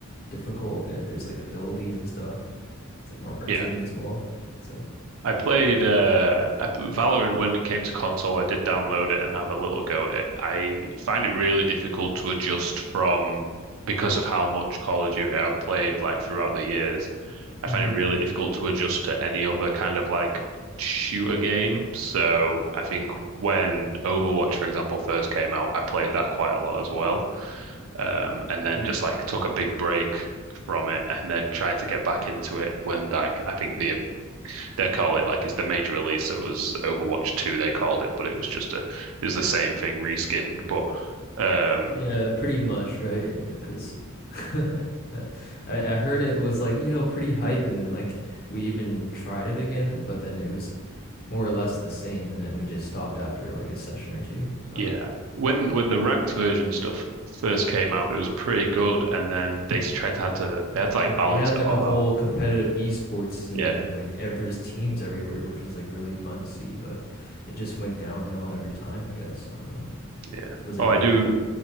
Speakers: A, on the left (about 45°); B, on the right (about 70°).
A: difficult and there's like abilities and stuff. It's like more cartoony
B: yeah.
A: as well. So,
B: I played uh I, p- Valorant when it came to console. I did download it and have a little go at it. I find it really difficult to adjust from because of how much Call of Duty I've played like throughout the years. I
A: hmm
B: find it really difficult to adjust to any other kind of like shooter game. So I think when Overwatch, for example, first came out, I played that quite a lot as well. Um, and then
A: Mm.
B: just like took a big break from it and then tried to get back into it when like I think the they call it like it's the major release. So it was Overwatch 2, they called it, but it was just a it was the same thing reskinned. But um
A: yeah, pretty much, right? Yeah, because <laughs> I, I heard it was like, you know, pretty hype and then like we even tried it again, but then it was more or less the same and then we just stopped after like a session or two. So.
B: yeah. When when the ranked version stuff first came out, it was pretty good and then they tried to had to they had to like
A: Mhm.
B: balance
A: They had
B: it
A: like
B: all
A: a whole
B: out.
A: competitive esports scene
B: Yeah,
A: and like ev- there's teams everywhere, which was like really fun to see, but it just went downhill every time, I guess. I don't know.
B: yeah.
A: Blizzard
B: Oh, I
A: as
B: do
A: a whole.